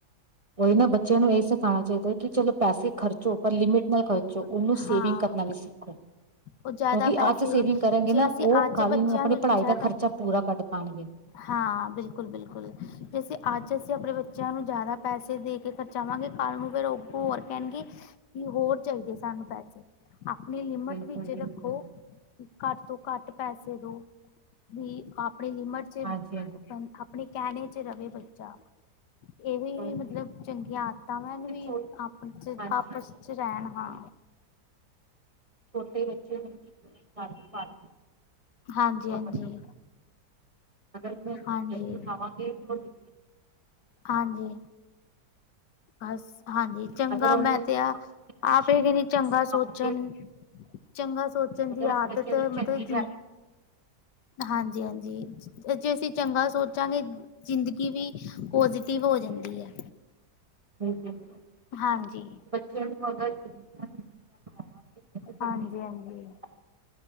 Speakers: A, on the right (about 25°); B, on the left (about 80°).
A: ਓਹੀ ਨਾ ਬੱਚਿਆਂ ਨੂੰ ਏ ਸਿਖਾਨਾ ਚਾਈਦਾ ਕਿ ਚਲੋ ਪੈਸੇ ਖਰਚੋ ਪਰ ਲਿਮਿਟ ਨਾਲ ਖਰ ਚੋਂ ਓਨੂੰ
B: ਹਾਂ-ਹਾਂ
A: ਸੇਵਿੰਗ ਕਰਨਾ ਵੀ ਸਿੱਖੋ। ਕਿਉਂਕਿ
B: ਉਹ ਜ਼ਿਆਦਾ ਪੈਸੇ
A: ਆੱਜ ਸੇਵਿੰਗ ਕਰਨਗੇ
B: ਜੇ
A: ਨਾ
B: ਅਸੀਂ
A: ਓ
B: ਅੱਜ
A: ਕੱਲ
B: ਬੱਚਿਆਂ
A: ਨੂੰ ਅਪਨੀ ਪੜਾਈ
B: ਜ਼ਿਆਦਾ
A: ਦਾ ਖਰਚਾ ਪੂਰਾ ਕੱਢ ਪਾਣਗੇ।
B: ਹਾਂ ਬਿਲਕੁਲ-ਬਿਲਕੁਲ ਜੈਸੇ ਆੱਜ ਅਸੀਂ ਅਪਨੇ ਬੱਚਿਆਂ ਨੂੰ ਜੈਦਾ ਪੈਸੇ ਦੇ ਕੇ ਖਰਚਾਵਾਂਗੇ ਕੱਲ ਨੂੰ ਫਿਰ ਅੱਗੋ ਹੋਰ ਕੈਣਗੇ ਵੀ ਹੋਰ ਚਾਈਦੇ ਸਾਨੂੰ ਪੈਸੇ। ਅਪਨੀ ਲਿਮਟ
A: ਬਿਲਕੁਲ
B: ਵਿੱਚ
A: ਬਿਲਕੁਲ
B: ਰੱਖੋ। ਘੱਟ ਤੋਂ ਘੱਟ ਪੈਸੇ ਦੋ ਵੀ ਆਪਨੀ ਲਿਮਟ ਚ।
A: ਹਾਂਜੀ
B: ਅਪਨੇ ਕੈਣੇ ਚ ਰਵੇ ਬੱਚਾ। ਏਹੀ
A: ਹਾਂਜੀ
B: ਈ ਮਤਲਬ ਚੰਗੀਆਂ ਆਦਤਾਂ ਵਾ ਏਨੂੰ ਵੀ
A: ਛੋ
B: ਆਪ
A: ਹਾਂਜੀ
B: ਆਪਸ ਚ ਵਿੱਚ ਰੈ ਲਵਾਂ।
A: ਛੋਟੇ ਬੱਚੇ <unintelligible> ਸੜਕ ਪਾਰ
B: ਹਾਂਜੀ ਹਾਂਜੀ
A: <unintelligible> ਅਗਰ ਮੌਸਮੀ
B: ਹਾਂਜੀ
A: ਰੋਟੀ ਖਾਵਾਂਗੇ ਰੋਟੀ
B: ਆਂਜੀ। ਬਸ ਹਾਂਜੀ ਚੰਗਾ
A: ਅਗਰ ਉਹਨੂੰ
B: ਮੈਂ
A: ਅਸੀਂ
B: ਤੇ ਆ,
A: ਖਾਣ ਦੀ ਅੱਛੀ
B: ਆਪ ਏ ਕੈਨੀ
A: ਹੈਬਿਟ
B: ਚੰਗਾ
A: ਸਿਖਾਵਾਂਗੇ
B: ਸੋਚਣ। ਚੰਗਾ ਸੋਚਣ
A: ਅਗਰ
B: ਦੀ
A: ਅਸੀਂ
B: ਆਦਤ
A: ਬੱਚਿਆਂ ਦੀ
B: ਮਤਲਬ
A: ਚੰਗੀ
B: ਜਿਨ ਹਾਂਜੀ-ਹਾਂਜੀ। ਜੇ ਅਸੀਂ ਚੰਗਾ ਸੋਚਾਂਗੇ, ਜ਼ਿੰਦਗੀ ਵੀ ਪੋਜ਼ਟਿਵ ਹੋ ਜਾਂਦੀ ਐ।
A: <inaudible>
B: ਹਾਂਜੀ।
A: <inaudible> ਖਵਾਵਾਂਗੇ ਤਾਂ
B: ਹਾਂਜੀ-ਹਾਂਜੀ,
A: ਚੰਗੀ